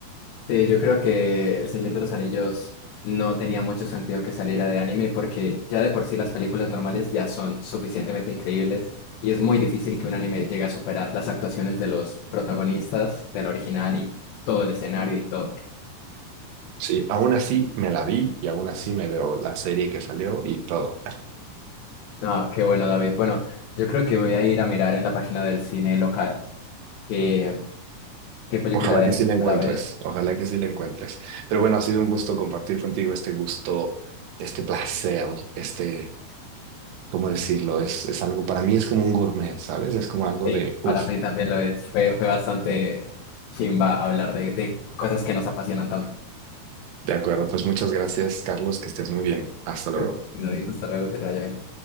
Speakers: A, on the left (about 85°); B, on the right (about 80°).
A: Sí, yo creo que El Señor de los Anillos no tenía mucho sentido que saliera de anime porque ya de por sí las películas normales ya son suficientemente increíbles y es muy difícil que un anime llegue a superar las actuaciones de los protagonistas del original y todo el escenario y todo.
B: Sí, aún así me la vi y aún así me veo la serie que salió y todo.
A: No, qué bueno, David. Bueno, yo creo que voy a ir a mirar en la página del cine local qué, qué película
B: Ojalá
A: de
B: que
A: anime
B: sí la encuentres,
A: para ver.
B: ojalá que sí la encuentres. Pero bueno, ha sido un gusto compartir contigo este gusto, este placer, este, ¿cómo decirlo? Es, es algo, para mí es como un gourmet, ¿sabes? Es como algo
A: Sí,
B: de, uff,
A: para mí también lo es. Fue, fue bastante chimba hablar de, de cosas que nos apasionan tanto.
B: de acuerdo. Pues muchas gracias, Carlos, que estés muy bien. Hasta luego.
A: Gracias, David. Hasta luego, que te vaya bien.